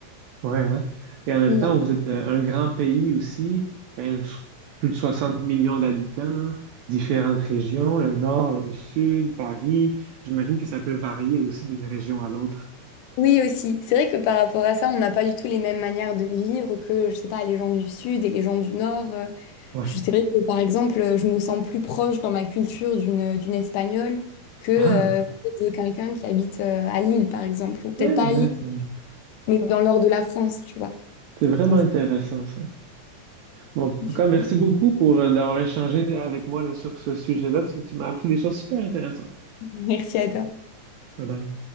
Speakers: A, on the right; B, on the left.
A: Ouais, hein. Et en même
B: Ouais.
A: temps, vous êtes euh, un grand pays aussi, quand même, s- plus de 60 millions d'habitants, différentes régions, le nord, le sud, Paris. J'imagine que ça peut varier aussi d'une région à l'autre.
B: Oui, aussi. C'est vrai que par rapport à ça, on n'a pas du tout les mêmes manières de vivre que, je sais pas, les gens du Sud et les gens du Nord. Euh,
A: Ouais.
B: je- C'est vrai que, par exemple, euh, je me sens plus proche dans ma culture d'une d'une Espagnole que euh,
A: Ah,
B: de quelqu'un qui habite euh, à Lille, par exemple. Ou peut-être
A: ouais,
B: pas
A: ben
B: à Lille,
A: c'est
B: mais dans le nord de la France, tu vois.
A: c'est vraiment
B: Donc,
A: intéressant ça. Bon, en
B: <laughs>
A: tout cas, merci beaucoup pour euh, d'avoir échangé avec moi là, sur ce sujet-là. parce Tu m'as appris des choses super intéressantes.
B: merci à toi.
A: Bye bye.